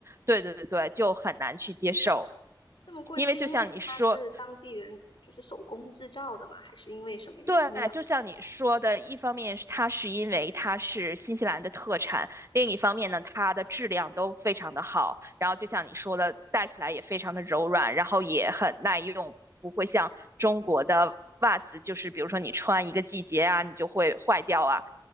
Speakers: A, on the right; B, on the left.
A: 对对对对，就很难去接受。
B: 这么贵是因为它是当地人就是手工制造的吗？
A: 因为就像你说，
B: 还是因为什么原因啊？
A: 对，就像你说的，一方面是它是因为它是新西兰的特产，另一方面呢，它的质量都非常的好，然后就像你说的，戴起来也非常的柔软，然后也很耐用，不会像中国的袜子，就是比如说你穿一个季节啊，你就会坏掉啊。